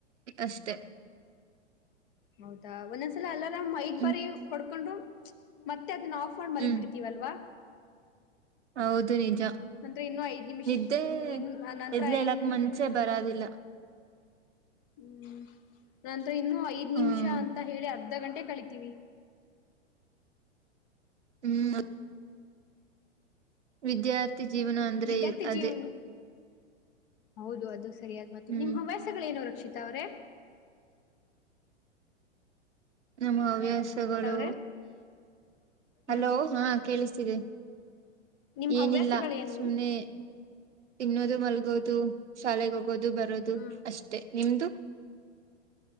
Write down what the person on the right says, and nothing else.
ಅಷ್ಟೆ
ಹ್ಮ್
ಹ್ಮ್
ಹೌದು ನಿಜ
ನಿದ್ದೆ
ಎದ್ಲ ಹೇಳಕ್
ಮನ್ಸೆ
ಬರೋದಿಲ್ಲ
ಹ್ಮ್
ಹ್ಮ್ ವಿದ್ಯಾರ್ಥಿ ಜೀವನ ಅಂದ್ರೆ
ಅದೇ
ಹ್ಮ್
ನಮ್ಮ ಹವ್ಯಾಸಗಳು
ಹಲೋ
ಹಾ ಕೇಳ್ತೀರಿ
ಏನಿಲ್ಲ
ಸುಮನೆ ತಿನ್ನೋದು ಮಲ್ಗೋದು ಶಾಲೆಗೆ ಹೋಗೋದು ಬರೋದು
ಅಷ್ಟೇ ನಿಮ್ದು